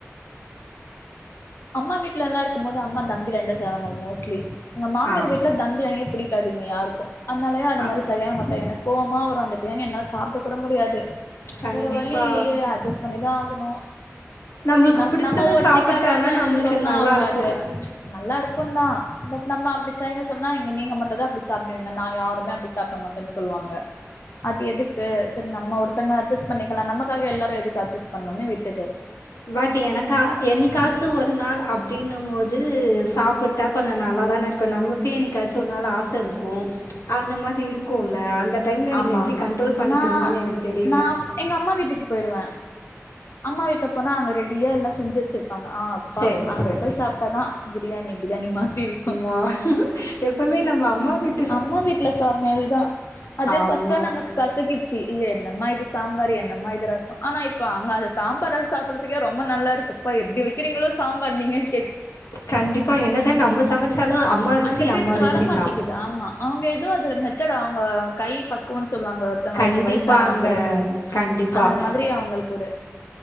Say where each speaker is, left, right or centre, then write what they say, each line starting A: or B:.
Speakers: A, on the left; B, on the left.
A: அம்மா வீட்டுல எல்லா இருக்குமோது அம்மா தம் ப்ரியாணி தா செய்வாங்க மோஸ்லி எங்க மாமியார்
B: ஆ.
A: வீட்டுல தம் ப்ரியாணியே புடிக்காது இங்க யாருக்கு அதனாலே அந்த
B: அப்
A: மாரி செய்ய மாட்டே எனக்கு கோவமா வரு அந்த ப்ரியாணி என்னால சாப்ட கூட முடியாது
B: கண்டிப்பா.
A: வேற வழி இல்லையே அட்ஜஸ்ட் பண்ணிதா ஆகுணு
B: நம்மளுக்கு
A: நம்
B: பிடிச்சத
A: நம்ம ஒருத்தக்காகன்னு
B: சாப்பிட்டா தான் நம்மளுக்கு
A: சொன்னோ
B: நல்லாருக்கும்.
A: அவுங்க அது நல்லா இருக்கு தா பட் நம்ம அப்டி செய்ங்க சொன்னா இங்க நீங்க மட்டு தா அப்டி சாப்டுவிங்க நாங்க யாருமே அப்டி சாப்ட மட் ட சொல்வாங்க அது எதுக்கு சரி நம்ம ஒருத்தவங்க அட்ஜஸ்ட் பண்ணிக்கலா நமக்காக எல்லாரு எதுக்கு அட்ஜஸ்ட் பண்ணணுன்னு விட்டுர்றது
B: பட் எனக்கா என்க்காச்சு ஒரு நாள் அப்டின்னும் போது சாப் ட்டா கொஞ்சோ நல்லா தான இருக்கு நமக்கு என்னைக்காச்சு ஒரு நாள் ஆச இருக்கு அந்த மாரி இருக்குல்ல அந் இந்த டைம்ல
A: ஆமா
B: நீங்க எப்டி
A: ஆமா
B: கண்ட்ரோல் பண்ணிக்கிறீங்கன்னு
A: நா
B: எனக்கு தெரில
A: நா எங்க அம்மா வீட்டுக்கு போயிடுவே அம்மா வீட்ட போனா அங்க ரெடியா எல்லா செஞ்சி வச்சிருப்பாங்க ஆ ப்பா
B: சரி
A: அங்க
B: சரி
A: போய் சாப்ட்டாதா பிரியாணி பிரியாணி மாதிரி இருக்கு
B: வா <unintelligible> எப்பவுமே நம்ம அம்மா வீட்
A: அம்மா வீட்ல சமையல் தா அதே
B: ஆமாம்
A: ஃபர்ஸ்ட்லா நமக்கு கசகிச்சி இது என்னம்மா இது சாம்பார் என்னம்மா இது ரசோ ஆனா இப்ப அங்க அத சாம்பார் அத சாப்டடுறதுக்கே ரொம்ப நல்லா இருக்குப்பா எப்டி வைக்கிறீங்களோ சாம்பார் நீங்கன்
B: கண்டிப்பா என்னதா நம்ம சமைச்சாலு அம்மா ருசி
A: அந்த டேஸ்ட்
B: அம்மா ருசி
A: வர மாட்டேங்குது
B: தா
A: ஆமா அவங்க ஏதோ அது மெத்தேட் அவங்க கை பக் குவோன்னு சொல்லுவாங்க ஒருத்தங்களுக்கு
B: கண்டிப்பாங்க
A: வயசானவங்களுக்கு
B: கண்டிப்பாக
A: அந்த மாதிரி அவங்களுக்கு ஒரு